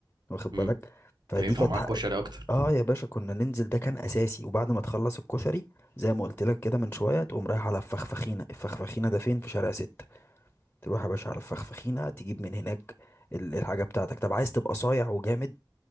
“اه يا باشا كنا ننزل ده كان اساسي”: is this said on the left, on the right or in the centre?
Left